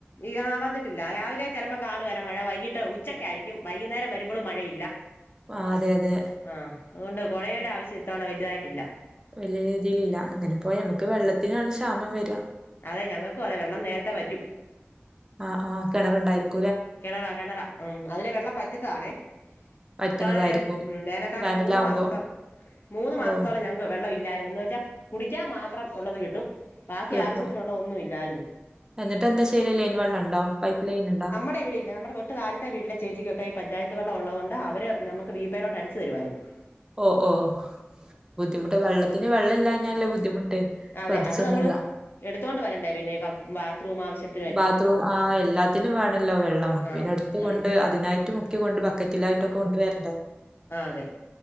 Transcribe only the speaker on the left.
ഈ ആഹ് വന്നിട്ടില്ല രാവിലെ ചെലപ്പം കാണുവല മഴ വൈകിട്ട്. ഉച്ചക്കാരിക്കും വൈകുന്നേരം വരുമ്പളും മഴയില്ല.
ആഹ് അതുകൊണ്ട് കൊടേടെ ആവശ്യം ഇത്തവണ വെലുതായിട്ടില്ല.
അതെ ഞങ്ങക്കും അതെ വെള്ളം നേരത്തെ വറ്റും.
കെണറ കെണറ ഉം അതിലെ വെള്ളം പറ്റ്ന്നതാണേ.
ഇത്തവണ വേന ഉം വേനൽക്കാലം
മൂന്ന് മാസത്തോളം മൂന്ന് മാസത്തോളം
ഞങ്ങക്ക്. വെള്ളവില്ലാരുന്നു എന്ന് വെച്ചാ കുടിക്കാൻ മാത്രം ഒള്ളത് കിട്ടും ബാക്കി
ആവശ്യത്തിനുള്ളതൊന്നും ഇല്ലാരുന്നു.
ഇപ്പ ഇവ്ടെ ഇല്ല നമ്മടെ തൊട്ട് താഴത്തെ വീട്ടിലെ ചേച്ചിക്കൊക്കെ ഈ പഞ്ചായത്ത് വെള്ളം ഒള്ളത് കൊണ്ട് അവര് നമ്മക്ക് വീപ്പേലോട്ടടിച്ചു തരുവാരുന്നു.
അതെ
അത് നമ്മള് എടുത്തോണ്ട് വരണ്ടേ പിന്നെ ക ബാത്റൂം ആവശ്യത്തി
ആ
അതെ
ആഹ് അതെ.